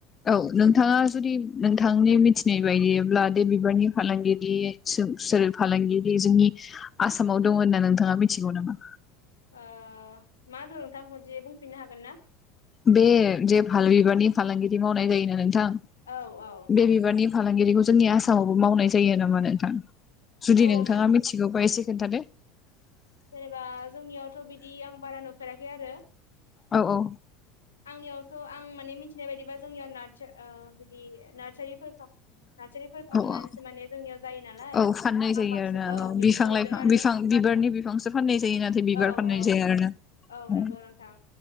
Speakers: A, on the left; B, on the left.
A: औ - नोंथाङा जुदि नोंथांनि मिथिनाय बायदिब्ला बे बिबारनि फालांगिरि सों सोर फालांगिरि जोंनि आसामाव दङ होनना नोंथाङा मिथिगौ नामा?
B: ओ मा होनदों नोंथां खनसे बुंफिननो हागोन ना?
A: बे जे भाल बिबारनि फालांगिरि मावनाय जायोनो नोंथां
B: औ औ
A: बे बिबारनि फालांगिरिखौ जोंनि आसामावबो मावनाय जायो नामा नोंथां? जुदि
B: औ
A: नोंथाङा
B: मान
A: मिथिगौबा एसे खिन्थादो।
B: जेनेबा जोंनियावथ' बिदि आं बारा नुफेराखै आरो
A: औ औ
B: आंनियावथ' आं माने मिथिनाय बायदिबा जोंनियाव नार्स बिदि नार्सारिफोरख नार्सारिफोर खालामनानैसो
A: औ औ
B: माने जोंनियाव जायो नालाय
A: औ फाननाय जायो
B: आं बांसिन
A: आरोना
B: औ बिदिसो
A: बिफां
B: नुदों
A: लाइफां
B: आरो।
A: बिफां बिबारनि बिफांसो फाननाय जायो नाथाय बिबार
B: औ
A: फाननाय
B: औ
A: जाया आरोना।
B: औ नंगौ नोंथां